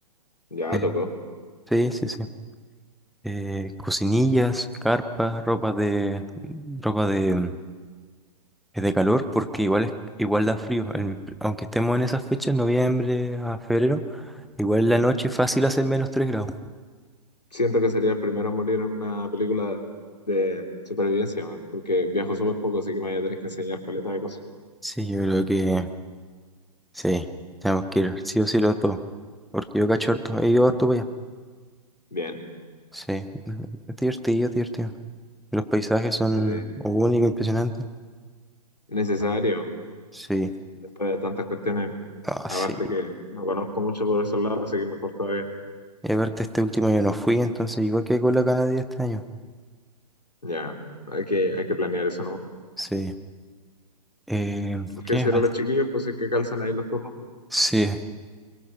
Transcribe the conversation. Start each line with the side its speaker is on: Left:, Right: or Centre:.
Left: ya
Centre: Eh,
Left: tocó.
Centre: sí, sí, sí. Eh, cocinillas, carpas, ropa de, ropa de, de calor, porque igual es, igual da frío. El- aunque estemos en esas fechas, noviembre a febrero, igual en la noche es fácil hacer menos 3 grados.
Left: Siento que sería el primero en morir en una película de supervivencia, man, porque viajo súper poco, así que me voy a tener que enseñar caleta de cosas.
Centre: Sí, yo creo que Sí, tenemos que ir sí o sí los dos. Porque yo cacho harto, he ido harto para allá.
Left: Bien.
Centre: Sí, es divertido, es divertido. Los paisajes son
Left: Sí.
Centre: únicos, impresionantes.
Left: Necesario.
Centre: Ah, Sí,
Left: después de tantas cuestiones,
Centre: ah,
Left: aparte
Centre: sí.
Left: que no conozco mucho por esos lados, así que mejor todavía.
Centre: Y aparte este último año no fui, entonces igual que con la Canadá este año.
Left: Ya, hay que, hay que planear eso, ¿no?
Centre: Sí. Eh,
Left: Hay
Centre: ¿qué
Left: que decirle
Centre: me falta?
Left: a los chiquillos, pues si es que calzan ahí los turnos.
Centre: Sí,